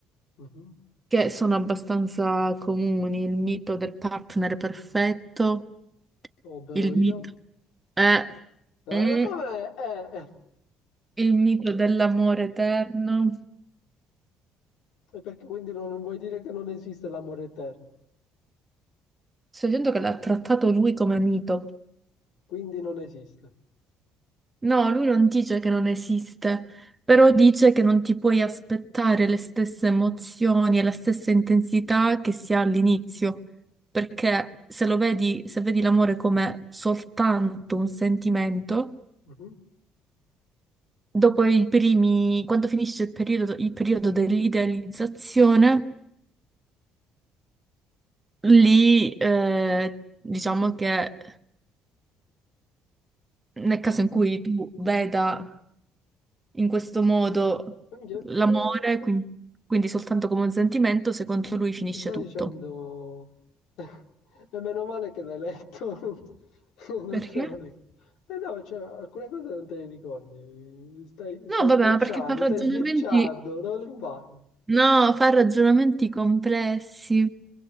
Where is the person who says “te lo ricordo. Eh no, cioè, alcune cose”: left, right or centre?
Left